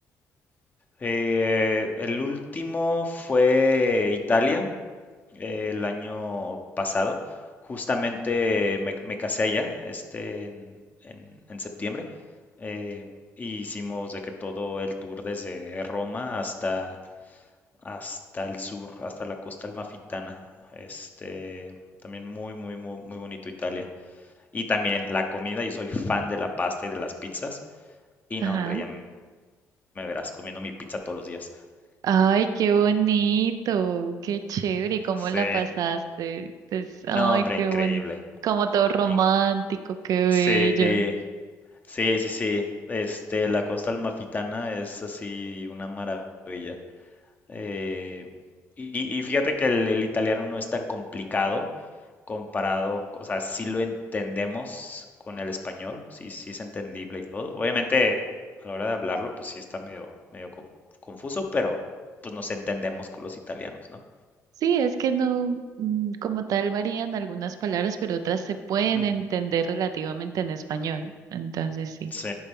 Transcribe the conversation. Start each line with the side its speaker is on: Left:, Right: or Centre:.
Left: Eh, el último fue Italia. eh, el año pasado. Justamente me, me casé allá, este, en, en- en septiembre. eh, y hicimos de que todo el tour desde Roma hasta, hasta el sur, hasta la costa almafitana. Este, también muy, muy, muy, muy bonito Italia. Y también la comida, yo soy fan de la pasta y de las pizzas. Y
Right: Ajá.
Left: no, hombre, ya m- me verás comiendo mi pizza todos los días.
Right: Ay, qué bonito, qué chévere, ¿y cómo
Left: Sí.
Right: la pasaste? Pues, ay,
Left: No, hombre,
Right: qué
Left: increíble.
Right: bonito, como todo romántico,
Left: In-
Right: qué
Left: sí,
Right: bello.
Left: Sí, sí, sí. Este, la costa almafitana es así una maravilla. Eh, y, y fíjate que el, el italiano no es tan complicado comparado, o sea, sí lo entendemos con el español, sí, sí es entendible y todo. Obviamente, a la hora de hablarlo, pues sí está medio, medio con- confuso, pero pues nos entendemos con los italianos, ¿no?
Right: Sí, es que no, mm, como tal varían algunas palabras, pero otras se pueden
Left: Ujú,
Right: entender relativamente en español. Entonces, sí.
Left: Sí,